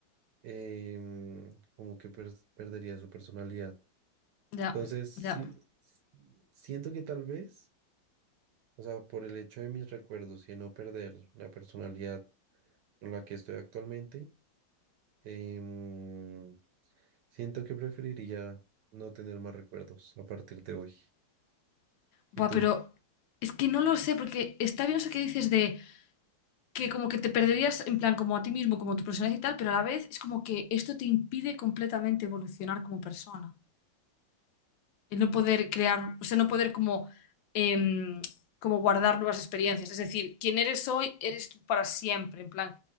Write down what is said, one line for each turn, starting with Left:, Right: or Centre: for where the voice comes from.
Right: em, como que per- perdería su personalidad.
Left: Ya,
Right: Entonces, sí,
Left: ya.
Right: s- siento que tal vez, o sea, por el hecho de mis recuerdos y de no perder la personalidad con la que estoy actualmente, em, siento que preferiría no tener más recuerdos a partir de hoy.
Left: Buah,
Right: ¿Y tú?
Left: pero es que no lo sé, porque está bien eso que dices de. que como que te perderías en plan como a ti mismo, como tu personalidad y tal, pero a la vez es como que esto te impide completamente evolucionar como persona. El no poder crear, o sea, no poder como, em, como guardar nuevas experiencias. Es decir, quien eres hoy, eres tú para siempre, en plan.